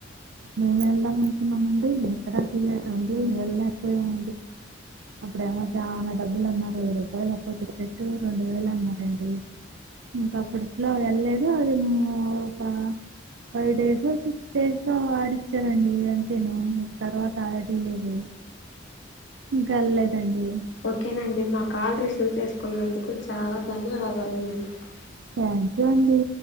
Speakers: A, on the right (about 65°); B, on the left (about 65°).
A: మేము వెళ్దాం అనుకున్నామండి ఎక్కడా తియకాండి వెళ్ళలేకపోయామండి అప్పుడేమో చాలా డబ్బులు అన్నారు వెయ్యి రూపాయలు ఒక్కో టికెట్టు రెండు వేలు అన్నారు అండి ఇంకా అప్పుడు ఏట్లో వెళ్లలేదు ఆది మో కా ఫైవ్ డేస్ ఓ సిక్స్ డేస్ ఓ ఆడించారు అండి అంతేను ఇంక తర్వాత ఆడి లేదు ఇంకా వెళ్ళలేదండి
B: ఓకే నండి మా కాల్ రిసీవ్ చేసుకున్నందుకు చాలా ధన్యవాదాలు అండి మీకు
A: థ్యాంక్ యూ అండి